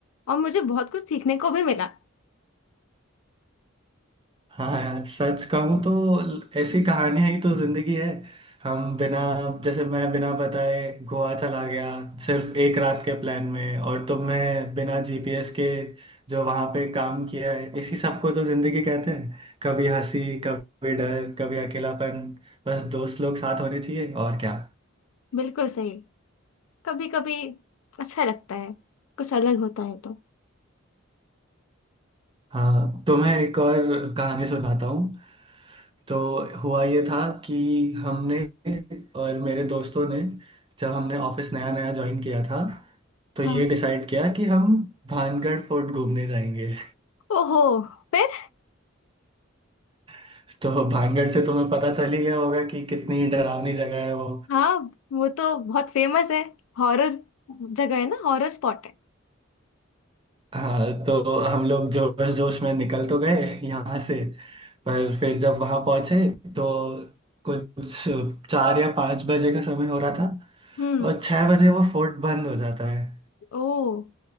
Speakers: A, on the left; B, on the right.
A: और मुझे बहुत कुछ सीखने को भी मिला
B: हाँ यार सच कहूँ तो ऐसी कहानियां ही तो जिंदगी है हम बिना जैसे मैं बिना बताए गोवा चला गया सिर्फ एक रात के प्लान में और तुमने बिना जीपीएस के जो वहां पे काम किया है इसी सबको तो जिंदगी कहते हैं कभी हंसी कभी डर कभी अकेलापन बस दोस्त लोग साथ होने चाहिए और क्या
A: बिल्कुल सही कभी कभी अच्छा लगता है कुछ अलग होता है तो
B: हाँ तो मैं एक और कहानी सुनाता हूँ तो हुआ ये था कि हमने और मेरे दोस्तों ने जब हमने ऑफिस नया नया ज्वाइन किया था तो
A: हाँ
B: ये डिसाइड किया कि हम भानगढ़ फोर्ट घूमने जाएंगे
A: ओहो फिर
B: <laughs> तो भानगढ़ से तुम्हें पता चल ही गया होगा कि कितनी डरावनी जगह है वो
A: हाँ वो तो बहुत फेमस है हॉरर जगह है ना हॉरर स्पॉट है
B: हाँ तो हम लोग जोश जोश में निकल तो गए यहाँ से पर फिर जब वहाँ पहुँचे तो कुछ चार या पाँच बजे का समय हो रहा था
A: हम्म
B: और छः बजे वो फोर्ट बंद हो जाता है
A: ओ